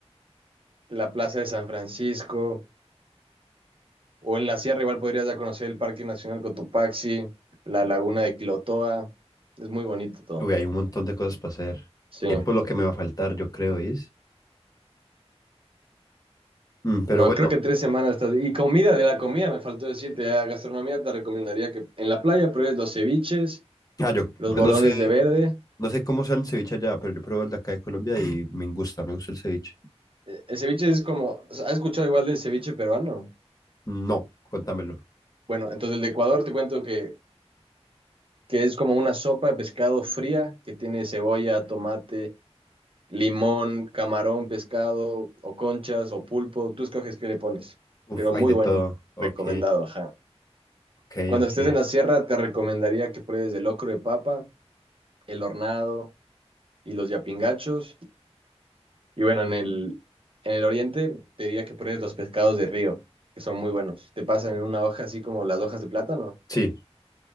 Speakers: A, on the right (about 55°); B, on the left (about 35°).
A: la Plaza de San Francisco, o en la sierra igual podrías ya conocer el Parque Nacional Cotopaxi, la Laguna de Quilotoa, es muy bonito todo.
B: Uy, hay un montón de cosas para hacer.
A: Sí.
B: Tiempo es lo que me va a faltar, yo creo, es. Mm, pero
A: No,
B: bueno,
A: creo que tres semanas estás... Y comida, de la comida me faltó decirte, la gastronomía te recomendaría que en la playa pruebes los ceviches,
B: ah, yo
A: los
B: pues
A: bolones
B: no sé,
A: de verde.
B: no sé cómo sea el ceviche allá, pero yo pruebo el de acá de Colombia y me gusta, me gusta el ceviche.
A: Eh, El ceviche es como, ¿has escuchado igual del ceviche peruano?
B: No, contámelo.
A: Bueno, entonces el de Ecuador te cuento que, que es como una sopa de pescado fría que tiene cebolla, tomate, limón, camarón, pescado o conchas o pulpo. Tú escoges qué le pones,
B: Uf,
A: pero muy
B: hay de
A: bueno,
B: todo. Ok,
A: recomendado, ajá.
B: ok,
A: Cuando
B: ok.
A: estés en la sierra te recomendaría que pruebes el locro de papa, el hornado y los yapingachos. Y bueno, en el, en el oriente te diría que pruebes los pescados de río, que son muy buenos. Te pasan en una hoja así como las hojas de plátano
B: Sí,